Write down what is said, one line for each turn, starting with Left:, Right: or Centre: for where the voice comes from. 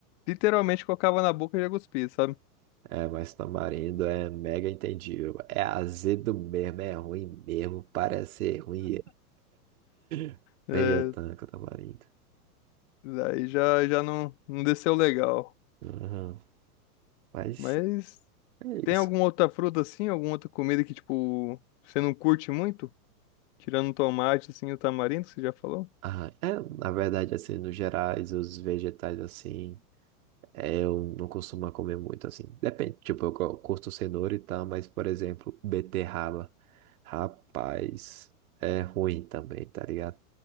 Left: literalmente colocava na boca e já cuspia, sabe?
Right: É, mas tamarindo é mega entendível. É azedo mesmo, é ruim mesmo, parece ser ruim. <laughs>
Left: É,
Right: Nem eu tanco tamarindo.
Left: Daí já, já não, não desceu legal.
Right: Uhum. Mas
Left: Mas
Right: é
Left: tem
Right: isso.
Left: alguma outra fruta assim, alguma outra comida que, tipo, você não curte muito? Tirando o tomate, assim, o tamarindo, que você já falou?
Right: Ah, é, na verdade, assim, no gerais, os vegetais, assim, é, eu não costumo comer muito, assim. Depende, tipo, eu co- curto cenoura e tal, mas, por exemplo, beterraba. Rapaz, é ruim também, tá ligado?